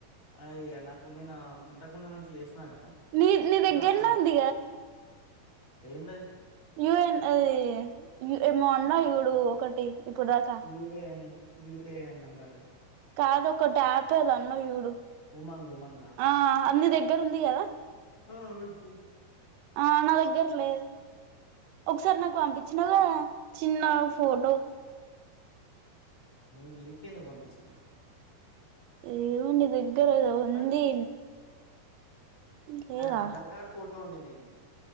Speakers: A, on the left; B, on the right.
A: అయి నాకు నేను అంతకుముందు నుంచి చేస్ ప్నా గదా
B: నీ నీ
A: ఇగ
B: దగ్గరనే
A: పై
B: ఉంది
A: ఏందవి
B: ఎన్ అది ఎమో అన్నా చూడు ఒకటి ఇప్పుడు దాకా
A: ఏఎన్ యూఏఎన్ నంబర్
B: కాదు ఒకటి యాపే అద్ అన్న చూడు
A: ఉమంగ్ ఉమంగా
B: ఆ నీ దగ్గర్ ఉంది కాద
A: ఆ ఉంది
B: ఆ నా దగ్గర లేదు ఒకసారి నాకు అంపించినగా చిన్న ఫోడో
A: నేన్ నీకేందుకు పంపించిన
B: ఏమో నీ దగ్గర ఉంది
A: హట్
B: లేదా
A: అది ఆధార్ కార్డ్ ఫోటో ఉంది నీది